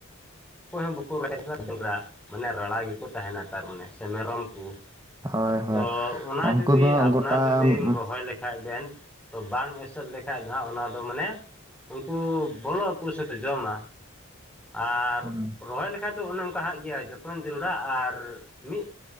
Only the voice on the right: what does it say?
ᱦᱳᱭ ᱦᱳᱭ
ᱩᱱᱠᱩ
ᱫᱚ
ᱜᱚᱴᱟ
ᱦᱩᱸ
ᱦᱩᱸ